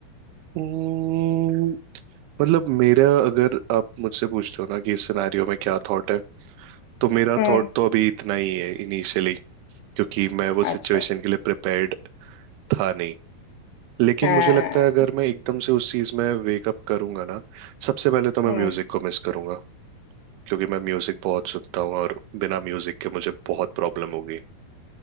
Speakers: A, on the right; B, on the left.
A: हम्म, मतलब मेरा अगर आप मुझसे पूछते हो ना कि इस सिनेरियो में क्या थॉट है तो मेरा
B: हम्म
A: थॉट तो अभी इतना ही है इनिशियली क्योंकि मैं वो
B: अच्छा
A: सिचुएशन के लिए प्रिपेयर्ड था नहीं लेकिन
B: हाँ
A: मुझे लगता है अगर मैं एकदम से उस चीज में वेक अप करूंगा ना सबसे पहले तो मैं
B: हम्म
A: म्यूजिक को मिस करूंगा क्योंकि मैं म्यूजिक बहुत सुनता हूँ और बिना म्यूजिक के मुझे बहुत प्रॉब्लम होगी